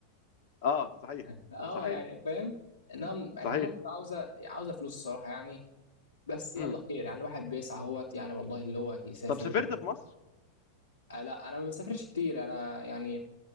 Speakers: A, on the left (about 50°); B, on the left (about 75°).
A: اه صحيح
B: <laughs> اه
A: صحيح
B: يعني فاهم انها يعني
A: صحيح
B: هي مصر عاوزه عاوزه فلوس الصراحه يعني بس
A: مم.
B: يلا خير يعني الواحد بيسعى اهوت يعني والله اللي هو يسافر
A: طب سافرت
B: ويعمل
A: في مصر
B: آه لا انا ما بسافرش كتير انا يعني